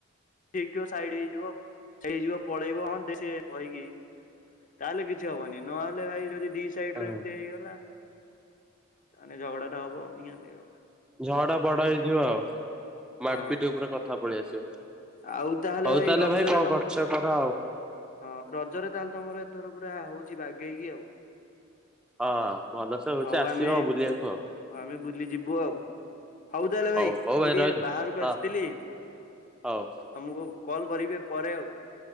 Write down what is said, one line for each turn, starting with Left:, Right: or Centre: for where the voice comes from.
Left: ଠିକ ଥିବ ସାଇଡ ହେଇଯିବ ହେଇଯିବ ପଳେଇବ ହଁ ଦେ କହିକି ତାହେଲେ କିଛି ହବନି ନହେଲେ ଭାଇ ଯଦି ଦିଶ୍ ସାଇଡୁ
Centre: ହଁ।
Left: ଏମତି ହେଇଗଲା ତାହାଲେ ଝଗଡା ଟା ହବ। ନିହାତି ଆଉ
Centre: ଝଗଡ଼ା ବଗଡ଼ା ହେଇଯିବ ଆଉ ମାଡ୍
Left: ହଁ
Centre: ପିଟି ଉପରେ କଥା ପଳେଇ ଆସିବ।
Left: ଆଉ ତାହେଲେ
Centre: ହଉ
Left: ଭାଇ ରଜରେ
Centre: କଣ
Left: ତମ
Centre: କରୁଛ କର ଆଉ
Left: ହଁ ରଜରେ ତାହଲେ ତମର ଏଥର ପୁରା ହଉଚି ବାଗେଇକି ଆଉ।
Centre: ହଁ ଭଲସେ ହଉଛି
Left: ହଉ
Centre: ଆସିବ
Left: ଆମେ
Centre: ବୁଲିବାକୁ
Left: ଆମେ ବୁଲି ଯିବୁ ଆଉ। ହଉ ତାହେଲେ ଭାଇ
Centre: ଆଉ ହଉ ହଉ
Left: ମୁଁ ଟିକେ
Centre: ରହିଲି
Left: ବାହାରକୁ
Centre: ହଁ
Left: ଆସିଥିଲି।
Centre: ହଉ
Left: ତମକୁ କଲ କରିବେ ପରେ ଆଉ।